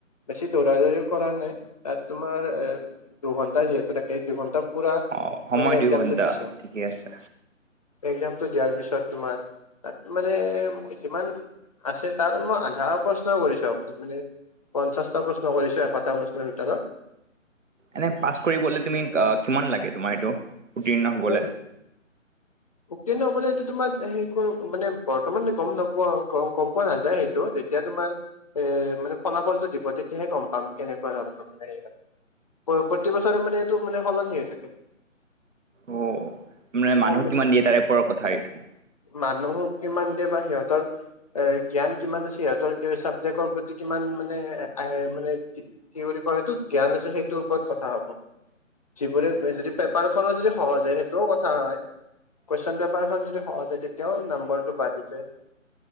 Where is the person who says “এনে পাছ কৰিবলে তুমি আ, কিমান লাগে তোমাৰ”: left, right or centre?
Right